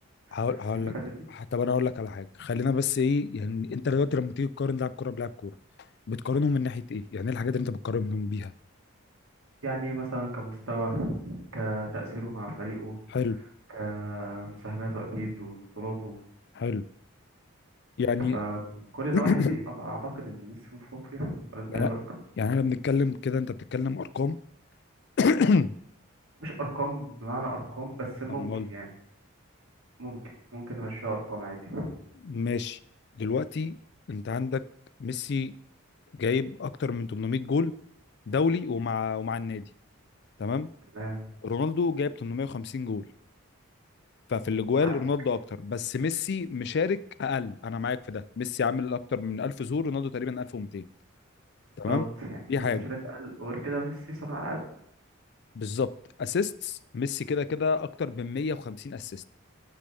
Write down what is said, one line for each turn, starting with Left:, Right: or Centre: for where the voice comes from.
Left: هقول
Right: السنين
Left: هقول
Right: اللي
Left: لك
Right: فاتت دي
Left: طب انا هقول لك على حاجه خلينا بس ايه يعني انت دلوقتي لما تيجي تقارن لاعب كوره بلاعب كوره بتقارنهم من ناحيه ايه يعني ايه الحاجات اللي انت بتقارنهم بيها
Right: يعني مثلا كمستوى كتأثيره مع فريقه
Left: حلو
Right: كمساهماته أكيد وبطولاته
Left: حلو يعني
Right: فكل النواحي
Left: <clears throat>
Right: دي أط- أعتقد إن ميسي متفوق فيها ولا أنت
Left: يعني
Right: إيه رأيك؟
Left: يعني احنا بنتكلم كده انت بتتكلم ارقام <clears throat>
Right: مش أرقام بمعنى أرقام بس ممكن
Left: امال
Right: يعني ممكن ممكن نمشيها أرقام عادي
Left: ماشي دلوقتي انت عندك ميسي جايب اكتر من 800 جول دولي ومع ومع النادي تمام
Right: تمام
Left: رونالدو جايب 850 جول ففي الاجوال
Right: معاك
Left: رونالدو اكتر بس ميسي مشارك اقل انا معاك في ده ميسي عامل اكتر من 1000 ظهور رونالدو تقريبا 1200
Right: بالظبط
Left: تمام
Right: يعني
Left: دي
Right: ميسي
Left: حاجه
Right: مش هيبقى أقل وغير كده ميسي صانع ألعاب
Left: بالظبط اسيستس ميسي كده كده اكتر من 150 اسيست